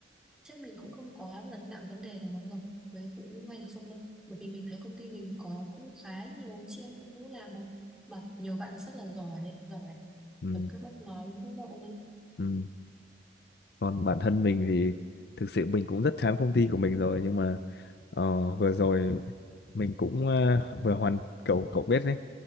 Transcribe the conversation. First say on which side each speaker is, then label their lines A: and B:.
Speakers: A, in the centre; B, on the left.
A: Chứ mình cũng không có đặt nặng vấn đề là nó hợp với phụ nữ hay là không đâu. Bởi vì mình thấy công ty mình có cũng khá nhiều chị em phụ nữ làm mà. Mà nhiều bạn rất là giỏi, giỏi.
B: ừ
A: Tấm cái bất ngờ luôn các bộ luôn.
B: ừ còn bản thân mình thì thực sự mình cũng rất chán công ty của mình rồi nhưng mà ờ, vừa rồi mình cũng ờ, vừa hoàn cậu cậu biết đấy